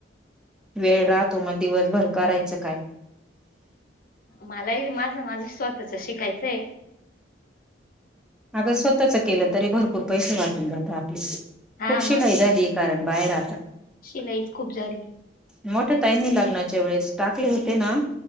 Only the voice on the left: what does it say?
मलाही माझं माझं स्वतःच शिकायचं आहे.
हा
मग
शिलाईच खूप झाली.